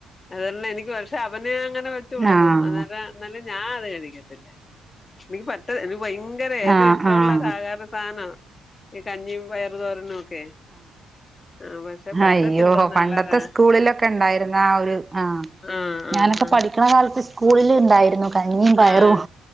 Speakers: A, on the left (about 30°); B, on the right (about 20°).
A: അത് കാരണം എനിക്ക് പക്ഷെ അവന് അങ്ങനെ വെച്ചു കൊടുക്കും
B: ആഹ്
A: അന്നരം എന്നാലും ഞാൻ അത് കഴിക്കത്തില്ല എനിക്ക് പറ്റ എനിക്ക് ഭയ ങ്കര ഏറ്റവും
B: ആഹ്
A: ഇഷ്ടവുള്ള
B: ആഹ്
A: ആഹാര സാധന ഈ കഞ്ഞിയും പയറു തോരനും <unintelligible>
B: ഹയ്യോ
A: നല്ലതാ
B: പണ്ടത്തെ സ്കൂളിലൊക്കെ ഉണ്ടായിരുന്ന ആഹ് ഒരു ആഹ്
A: ആഹ് ആഹ്
B: ഞാനൊക്കെ
A: ആഹ്
B: പഠിക്കു ന്ന കാലത്ത് സ്കൂളിൽ ഉണ്ടായിരുന്നു കഞ്ഞിയും പയറും
A: ആഹ്